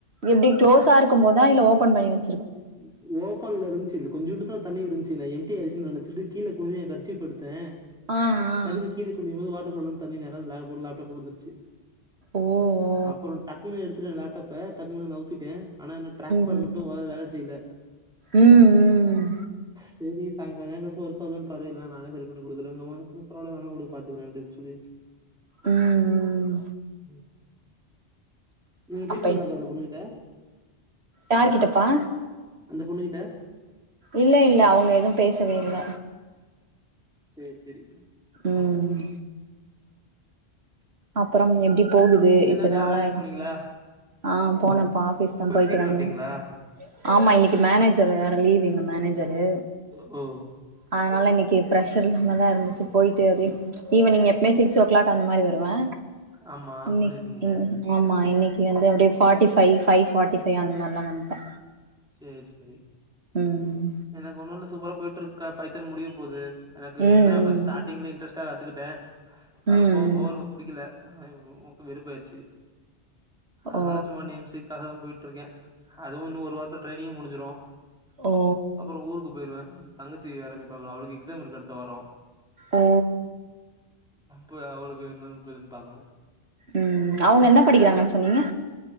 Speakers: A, on the right; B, in the centre.
A: எப்டி க்ளோஸ்சா இருக்கும்போதா இல்ல ஓபன் பண்ணி வச்
B: <inaudible> ஓபன்ல இருந்துச்சு கொஞ்சோண்டு தா தண்ணி இருந்துச்சு நா எம்டியாயிருச்சு நெனச்சட்டு கீழ குனிஞ்சு எ கர்சிப்ப எடுத்தே
A: ஆ ஆ
B: டக்குனு கீழ குனியும் போது வாட்டர் பாட்டிலர்ந்து தண்ணி நேரா அந்த லேப் லேப்டாப்ல வுழுந்துருச்சு
A: ஓ ஓ
B: அப்பறோ டக்குனு எடுத்துட்டே லேப்டாப்ப டக்குன்னு நவுத்திட்டே ஆனா என்ன ட்ராக்
A: ம்
B: பேடு மட்டு ட்டு அ வேல செய்ல
A: ம் ம் ம்
B: செரி சாய்ங்காலோ எங்காச்சு ஒர்க் ஆவுதானு பாரு இல்லன்னா நானே சரி பண்ண குடுக்குறேங்கவு அந்த பொண்ணு பரவால்ல வேணா உடு பாத்துக்கறே அப்டின்னு சொல்லிருச்
A: ம்
B: ம் நீங்க பேசினீங்களாக்கா
A: அப்ப
B: அந்த பொண்ணுகிட்ட
A: யாரு கிட்டப்பா
B: அந்த பொண்ணு கிட்ட
A: இல்ல இல்ல அவங்க எதுவு பேசவே இல்ல
B: சேரி செரி
A: ம் அப்புறம் எப்டி போகுது
B: நீங்க
A: இத்தன
B: என்னக்கா
A: நாளா
B: வேலைக்கு போனீங்களா
A: ஆ போனேம்பா ஆபீஸ் தா
B: போயிட்டு
A: பொயிட்டு
B: சீக்கிர
A: வந்தே
B: வன்ட்டீங்களா
A: ஆமா இன்னைக்கு மேனேஜரு வேற லீவு எங்க மேனேஜரு
B: ம்
A: அதுனால இன்னைக்கு ப்ரஷர் இல்லாம தா இருந்துச்சு பொயிட்டு அப்டி ஈவ்னிங் எப்பமே சிக்ஸ் ஓ க்ளாக் அந்த மாரி வரு டுவே
B: ஆமா
A: இன்னைக்கு
B: சொல்லிருக்கீங்க
A: இன் ஆமா இன்னிக்கு வந்து அப்டிய ஃபார்டி ஃபைவ ஃபைவ் ப்ட்டிஃபை ஃபைவ அந்த மாதிரிலா வந்தட்ட
B: சரி சரி
A: ம்
B: எனக்கு ஒண்ணு இல்ல சூப்பரா போயிட்டு இருக்க பைத்தன் முடிய போகுது எனக்கு
A: ம்
B: என்ன ஃபர்ஸ்ட் ஸ்ட்டிங்ல் இன்ட்ரஸ்ட்டா கத்துக்கிட்ட அப்புறப்போ
A: ம்
B: போகிறதுக்கு பிடிக்கல உக்க வேருப்பாயிடுச்சு அதனால
A: ஓ
B: சும்மா நிம்சு க்காக தா போயிட்டு இருக்க அதுவும் இன்ன ஒரு வாரத்துல்லா ட்ரைனிங்கும் முடிஞ்சிரு
A: ஓ
B: அப்பற ஊருக்கு போயிடுவ தங்கச்சி வேற பார்க்கணும் அவளுக்கு எக்ஸாம் இருக்குது அடுத்த வார
A: ஓ
B: போய் அவளுக்கு என்னன்ன போதுன்னு பார்க்கணும்
A: ம் அவங்க என்ன படிக்கிறாங்கன்னு சொன்னீங்க